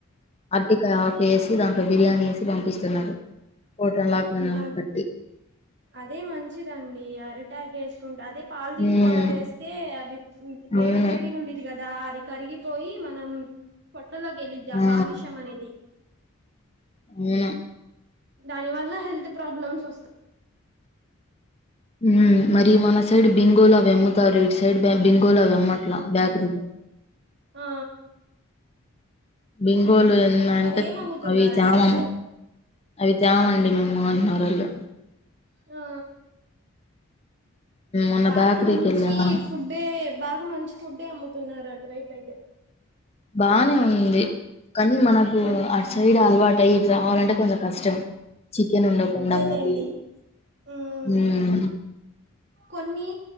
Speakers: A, on the left; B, on the right.
A: అరటికాయ ఆకు వేసి దాంట్లో బిర్యానీ ఏసి పంపిస్త తన్నారు పొట్నం లాగా
B: అన్
A: కట్టి
B: అదే మంచిదండి అరిటాగ్ ఏసుకుంటా అదే పాల్ దీన్
A: ఉమ్
B: కవర్ ఏస్తే అవి వేడి
A: అవును
B: వేడిగా ఉండేది కదా అది కరిగిపోయి మనం పోట్లలోగ్ ఎల్లిది
A: ఆ
B: కాలుష్యం మనేది
A: అవును
B: దాని వల్ల హెల్త్ ప్రాబ్లమ్స్ వస్త
A: వ్మ్ మరి మన సైడ్ బింగోలా అవి అమ్ముతారు ఇట్ సైడ్ బింగోల అవి అమ్మ బేకరిలో
B: ఆ
A: బింగోలు ఎ అంట
B: మరేం అమ్ముతున్నారండి
A: అవి తామమ్ అవి తామండి మేము మా అటునర్రాళ్ళు
B: ఆ
A: మొన్న
B: బాగా
A: బేకరీకి
B: మంచి
A: వెళ్ళా
B: ఫుడ్డే బాగా మంచి ఫుడ్డే అమ్ముతున్నారు అటువైపు అయితే
A: బానే ఉంది కానీ మనకు
B: మ్మ్
A: ఆట్ సైడ్ అలవాటు అయ్యి ఇటు రావాలంటే కొంచెం కష్టం చికెన్ ఉండకుండా
B: అంతేలేండి
A: మరి
B: మ్మ్
A: వ్మ్
B: కొన్ని